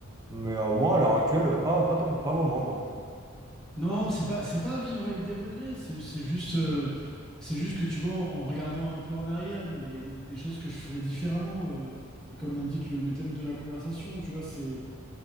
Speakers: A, on the right (about 20°); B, in the centre.
A: Mais euh, moi, à l'heure actuelle, euh, pas, pas, tant- pas vraiment, non.
B: Non, c'est pas c'est pas vivre avec des regrets. C'est c'est juste euh, c'est juste que tu vois en, en regardant un peu en arrière, bon bah il y a des, des choses que je ferais différemment. euh, et comme l'indique le, le thème de la conversation, tu vois, c'est